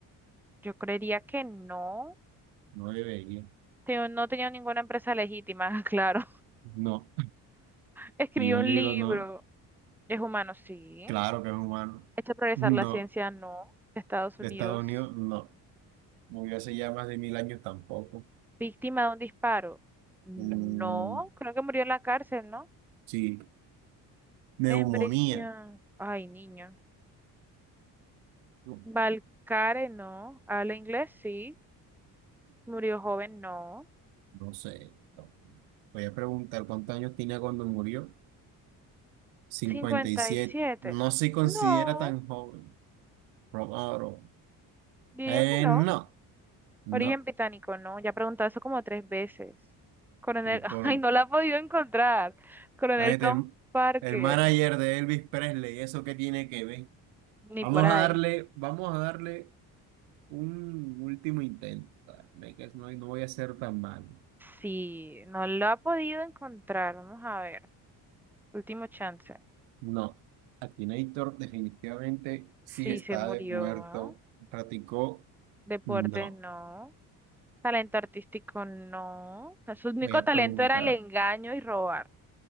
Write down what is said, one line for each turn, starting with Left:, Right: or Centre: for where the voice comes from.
Centre: yo creería que no.
Right: no debería.
Centre: Te- no tenía ninguna empresa legítima, <laughs> claro.
Right: No,
Centre: Escribió
Right: y un
Centre: un
Right: libro
Centre: libro.
Right: no,
Centre: Es humano, sí.
Right: claro que es humano.
Centre: Hecho progresar
Right: No,
Centre: la ciencia, no. Estados Unidos.
Right: de Estados Unidos, no. Murió hace ya más de mil años tampoco.
Centre: Víctima de un disparo. No.
Right: Mm,
Centre: Creo que murió en la cárcel, ¿no?
Right: sí, neumonía.
Centre: En prisión. Ay, niño.
Right: No,
Centre: Balcare, no. Habla inglés, sí. Murió joven, no.
Right: no sé. no. Voy a preguntar cuántos años tenía cuando murió. cincuenta
Centre: cincuenta
Right: y siete
Centre: y siete
Right: No se considera
Centre: No,
Right: tan joven. Probado.
Centre: diría
Right: Eh,
Centre: que no.
Right: no, no.
Centre: Origen británico, no. Ya he preguntado eso como tres veces. Coronel,
Right: El
Centre: <laughs>
Right: colon.
Centre: ay, no la he podido encontrar. Coronel
Right: Ah, este,
Centre: Tom
Right: El,
Centre: Parker,
Right: el manager de Elvis Presley, ¿eso qué tiene que ver?
Centre: ni
Right: Vamos
Centre: por ahí.
Right: a darle, vamos a darle un último intento. Dale, que No, no voy a ser tan malo.
Centre: Sí, no lo ha podido encontrar. Vamos a ver. Último chance.
Right: No, Akinator definitivamente sí
Centre: Sí,
Right: está
Centre: se murió.
Right: de muerto. Practicó,
Centre: Deportes,
Right: no.
Centre: no. Talento artístico, no. Su único
Right: Me voy a
Centre: talento
Right: preguntar.
Centre: era el engaño y robar.